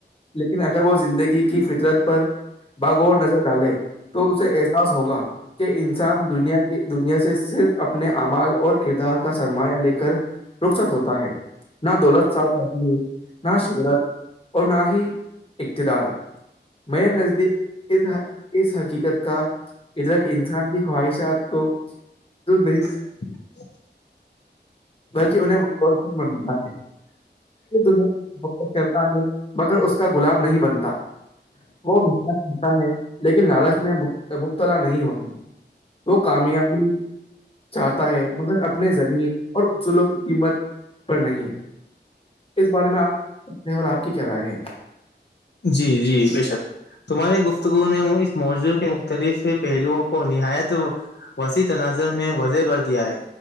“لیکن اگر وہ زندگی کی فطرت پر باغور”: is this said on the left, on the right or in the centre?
Left